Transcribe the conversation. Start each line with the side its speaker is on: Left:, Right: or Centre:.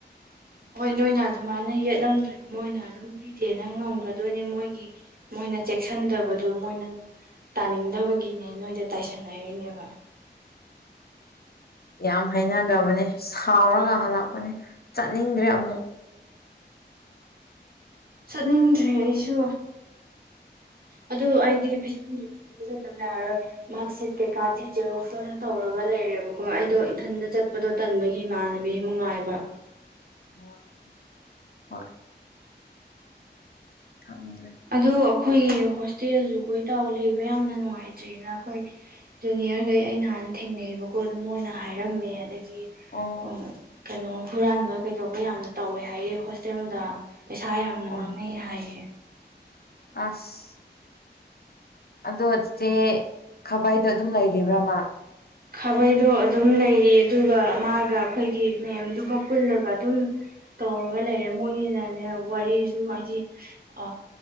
Right: ꯍꯣꯏ ꯅꯣꯏꯅ ꯑꯗꯨꯃꯥꯏꯅ ꯌꯦꯠꯂꯝꯗ꯭ꯔꯗꯤ ꯃꯣꯏꯅ ꯑꯗꯨꯝ ꯄꯤꯗꯦꯅ ꯉꯝꯈ꯭ꯔꯗꯣꯏꯅꯦ ꯃꯣꯏꯒꯤ ꯃꯣꯏꯅ ꯆꯦꯛꯁꯤꯟꯗꯕꯗꯨ ꯃꯣꯏꯅ ꯇꯥꯅꯤꯡꯗꯕꯒꯤꯅꯦ ꯅꯣꯏꯗ ꯇꯥꯏꯁꯟꯅꯔꯤꯣꯏꯅꯦꯕ
Left: ꯌꯥꯝ ꯍꯩꯅꯗꯕꯅꯦ ꯁꯥꯎꯔꯒ ꯍꯂꯛꯄꯅꯦ ꯆꯠꯅꯤꯡꯗ꯭ꯔꯦ ꯑꯃꯨꯛ
Right: ꯆꯠꯅꯤꯡꯗ꯭ꯔꯔꯤ ꯑꯩꯁꯨ ꯑꯗꯨ ꯑꯩꯗꯤ ꯄꯁꯤꯟꯗ꯭ꯔꯤ꯫ ꯄꯤꯈꯇꯕ ꯌꯥꯔꯣꯏ꯫ ꯃꯥ ꯁꯤꯠ ꯀꯩꯀꯥꯗꯤꯖꯔ ꯑꯣꯅ ꯇꯧꯔꯒ ꯂꯩꯔꯦꯕꯀꯣ ꯑꯩꯗꯣ ꯏꯊꯟꯗ ꯆꯠꯄꯗꯣ ꯇꯟꯕꯒꯤ ꯏꯃꯥꯟꯅꯕꯤ ꯑꯃꯥꯉꯥꯏꯕ꯫
Left: ꯑꯣ ꯍꯣꯏ ꯀꯨꯪꯗꯔꯦ ꯫
Right: ꯑꯗꯨ ꯑꯩꯈꯣꯏꯒꯤ ꯍꯣꯁꯇꯦꯜꯁꯨ ꯀꯣꯏꯇꯎ ꯂꯩꯕ ꯌꯥꯝꯅ ꯅꯨꯡꯉꯥꯏꯇ꯭ꯔꯦꯅ ꯑꯩꯈꯣꯏ ꯖꯨꯅꯤꯌꯔꯈꯩ ꯑꯩ ꯅꯍꯥꯟ ꯊꯦꯡꯅꯩꯕꯀꯣ ꯑꯗꯨ ꯃ ꯑꯣꯏꯅ ꯍꯥꯏꯔꯝꯃꯦ ꯑꯗꯒꯤ
Left: ꯑꯣ
Right: ꯎ ꯀꯩꯅꯣ ꯍꯨꯔꯥꯟꯕ ꯀꯩꯗꯧꯕ ꯌꯥꯝꯅ ꯇꯧꯋꯦ ꯍꯥꯏꯌꯦ ꯍꯣꯁꯇꯦꯜꯗ ꯄꯩꯁꯥ ꯌꯥꯝꯅ
Left: ꯑꯣ
Right: ꯃꯥꯡꯅꯩ ꯍꯥꯏꯌꯦ꯫
Left: ꯑꯁ ꯑꯗꯣ ꯏꯆꯦ ꯈꯕꯥꯏꯗꯣ ꯑꯗꯨꯝ ꯂꯩꯔꯤꯕ꯭ꯔꯥꯃ꯫
Right: ꯈꯥꯕꯩꯗꯣ ꯑꯗꯨꯝ ꯂꯩꯔꯤ ꯑꯗꯨꯒ ꯃꯥꯒ ꯑꯩꯈꯣꯏꯒꯤ ꯃꯦꯝꯗꯨꯒ ꯄꯨꯜꯂꯒ ꯑꯗꯨꯝ ꯇꯧꯔꯒ ꯂꯩꯔꯦ ꯃꯣꯏꯅꯤꯅꯅꯦ ꯋꯥꯔꯤꯁꯨ ꯍꯥꯏꯗꯤ ꯑ